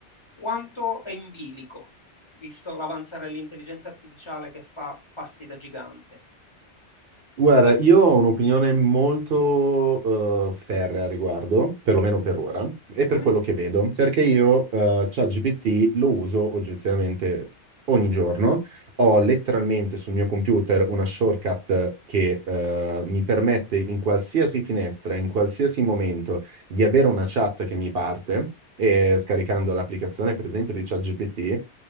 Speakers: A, on the left; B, on the right.
A: quanto è in bilico, visto l'avanzare dell'intelligenza artificiale che fa passi da gigante?
B: Guarda, io ho un'opinione molto eh, ferrea a riguardo, perlomeno per ora, e
A: Mhm,
B: per quello che vedo,
A: Sì.
B: perché io eh, ChatGPT lo uso oggettivamente ogni giorno. Ho letteralmente sul mio computer una shortcut che eh, mi permette in qualsiasi finestra, in qualsiasi momento, di avere una chat che mi parte, e scaricando
A: No.
B: l'applicazione, per esempio, di ChatGPT,